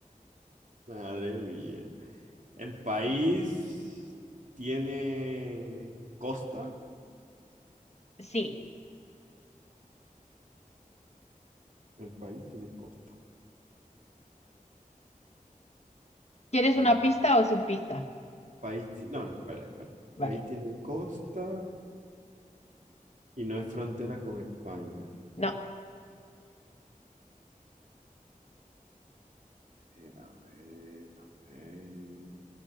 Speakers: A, on the right (about 60°); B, on the left (about 50°).
A: Madre mía. El país tiene costa.
B: Sí.
A: El país tiene costa.
B: ¿Quieres
A: País.
B: una pista o sin pista?
A: País, ti- no, no, espera, espera.
B: Vale.
A: País tiene costa y no es frontera con España.
B: No.
A: Eh, A ver, a ver.